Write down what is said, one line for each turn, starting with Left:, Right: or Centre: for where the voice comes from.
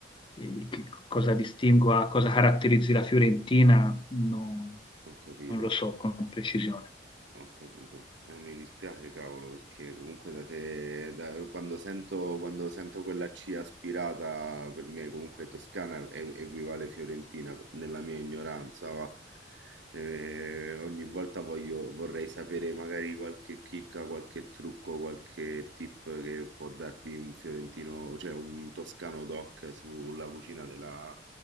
Left: eh, che cosa distingua, cosa caratterizzi la Fiorentina, non
Right: Ho capito,
Left: non lo so con precisione.
Right: ho capito. Eh, mi dispiace, cavolo, perché comunque da te, da- quando sento, quando sento quella C aspirata, per me comunque toscana e- equivale fiorentina, nella mia ignoranza, va. Eh, ogni volta voglio- vorrei sapere magari qualche chicca, qualche trucco, qualche tip che può darvi un fiorentino, cioè un toscano doc sulla cucina della